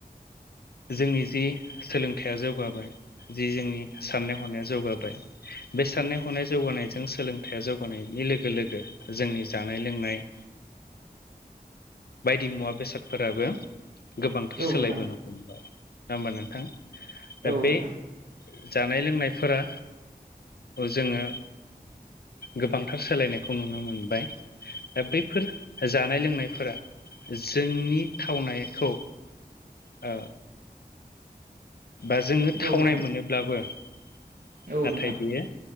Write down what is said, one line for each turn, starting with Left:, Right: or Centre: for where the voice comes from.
Left: जोंनि जि सोलोंथाइया जौगाबाय जि जोंनि साननाय हनाया जौगाबाय बे साननाय हनाय जौगानायजों सोलोंथायाइया जौगानायनि लोगो लोगो जोंनि जानाय लोंनाय बायदि मुवा बेसादफोराबो गोबांथार
Right: औ
Left: सोलायबोनो
Right: नोंथां
Left: हमबाय नङा होमबा नोंथां? दा
Right: औ
Left: बे
Right: नोंथां
Left: जानाय लोंनायफोरा जोङो गोबांथार सोलायनायखौ नुनो मोनबाय। दा बैफोर जानाय लोंनायफोरा जोंनि थावनायखौ ओ बा जोङो थावनाय
Right: औ नोंथां
Left: मोनोब्लाबो नाथाय
Right: औ नोंथां
Left: बेयो